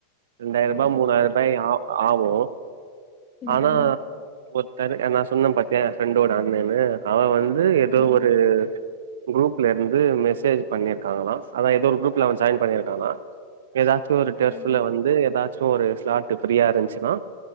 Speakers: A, on the right; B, on the left.
A: ரெண்டாயிரூபா
B: ம்
A: மூணாயிரூபாய ஆ ஆகு
B: ம்
A: ஆனா ஒ சரி என்னா சொன்னே பாத்திய எ ஃப்ரெண்டோட அண்ணேன்னு அவ வந்து து எதோ
B: ம்
A: ஒரு க்ரூப் ல இருந்து மெசேஜ் பண்ணியிருக்காங்களா அதா ஏதோ ஒரு குரூப்ல அவ ஜாயின் பண்ணியிருக்கானா ஏதாச்சு ஒரு டெஸ்ப்ல
B: ம்
A: வந்து ஏதாச்சு ஒரு ஸ்லாட்டு ஃப்ரியா இருந்ச்சுன்னா